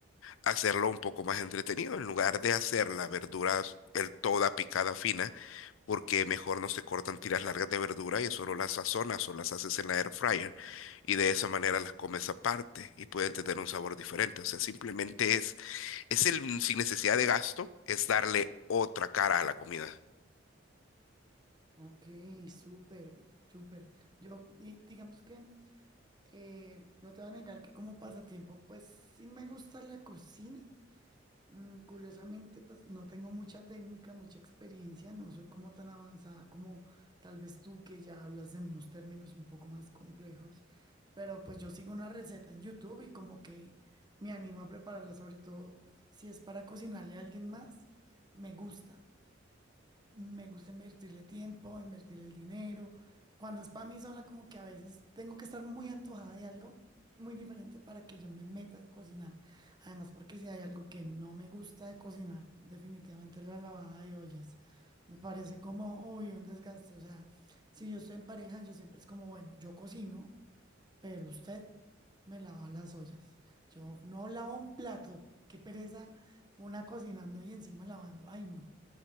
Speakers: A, on the left; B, on the right.
A: hacerlo un poco más entretenido, en lugar de hacer la verdura el toda picada fina, porque mejor no se cortan tiras largas de verdura y solo las sazonas o las haces en la air fryer y de esa manera las comes aparte y pueden tener un sabor diferente. O sea, simplemente es, es el, mm, sin necesidad de gasto, es darle otra cara a la comida.
B: Ok, súper, súper. Yo di- digamos que eh, no te voy a negar que como pasatiempo, pues sí me gusta la cocina. Mm, curiosamente, pues no tengo mucha técnica, mucha experiencia, no soy como tan avanzada como tal vez tú que ya hablas en unos términos un poco más complejos, pero pues yo sigo una receta en YouTube y como que me animo a prepararla, sobre todo si es para cocinarle a alguien más, me gusta. Me gusta invertirle tiempo, invertir el dinero. Cuando es para mí sola, como que a veces tengo que estar muy antojada de algo muy diferente para que yo me meta a cocinar. Además, porque si hay algo que no me gusta de cocinar, definitivamente la lavada de ollas. Me parece como, uy, un desgaste. O sea, si yo estoy en pareja, yo siempre es como, bueno, yo cocino, pero usted me lava las ollas. Yo no lavo un plato. Qué pereza una cocinando y encima lavando. Ay, no.